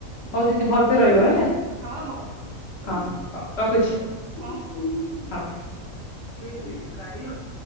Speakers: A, on the right (about 70°); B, on the left (about 60°).
A: ହୁଁ
B: ହଉ ଦିଦି ଭଲସେ ରହିବ ହେଲା?
A: ହଁ ହଉ
B: ହଁ ହଁ ରଖୁଛି?
A: ହଁହଁ।
B: ହଁ।